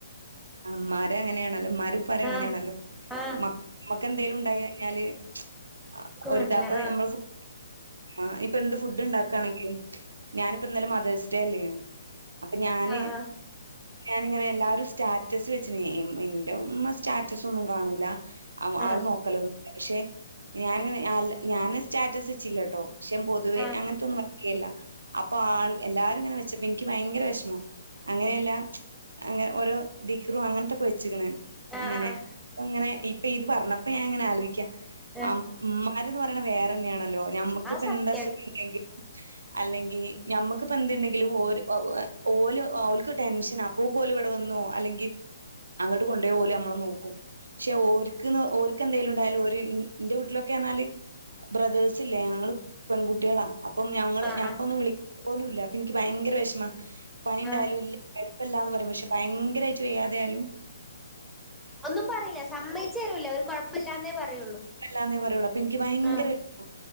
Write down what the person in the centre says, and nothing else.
ആഹ് ആഹ്
ഇൻക്കും
വേണ്ടല്ലേ
ആഹ്
ആഹ്
ആഹ്
ആഹ്
ആഹ്
ആഹ്
ആഹ്
അത് സത്യാണ്
ആഹ്
ആഹ്
ആഹ്
ഒന്നും പറയില്ല സമ്മതിച്ച് തരൂല്ല ഒരു കൊഴപ്പില്ലാന്നേ പറയുള്ളൂ
ഹാ